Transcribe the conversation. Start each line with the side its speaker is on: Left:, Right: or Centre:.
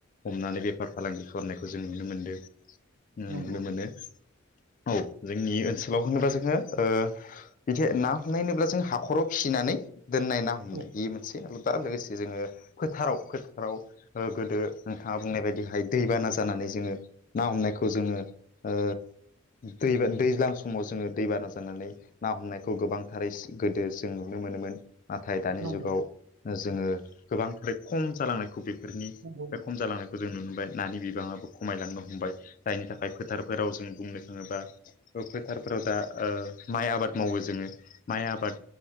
Left: हमनानै बेफार फालांगि खालामनायखौ जों नुनो मोनदो नुनो
Right: नंगौ
Left: मोनो। औ जोंनि ओनसोलाव होनोब्ला जोङो ओह बिदि ना हमनाय होनोब्ला जों हाखराव फिसिनानै दोननाय ना हम
Right: औ
Left: बे मोनसे आलादा लोगोसे जोङो फोथाराव फोथाराव ओ गोदो नोंथाङा बुंनाय बायदिहाय दैबाना जानानै जोङो ना हमनायखौ जोङो ओ दै दैज्लां समाव जोङो दैबाना जानानै ना हमनायखौ गोबांथारै गोदो जों नुनो मोनोमोन। नाथाय दानि
Right: नंगौ
Left: जुगाव ओ जोङो गोबांथार खम जालांनायखौ बेफोरनि
Right: नंगौ
Left: बे खम जालांनाय खौ जों नुनो मोनबाय नानि बिबाङाबो खमायलांनो हमबाय जायनि थाखाय फोथारफोराव जों बुंनो थाङोबा फोथारफोराव दा ओ माइ आबाद मावो जोङो माइ आबाद